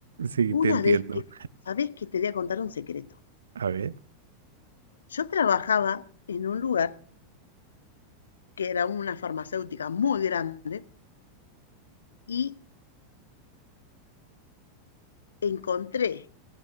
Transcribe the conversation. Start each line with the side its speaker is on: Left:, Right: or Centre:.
Right: Sí,
Left: Una
Right: te entiendo.
Left: vez que, ¿sabés que te voy a contar un secreto?
Right: A ver.
Left: Yo trabajaba en un lugar que era una farmacéutica muy grande y encontré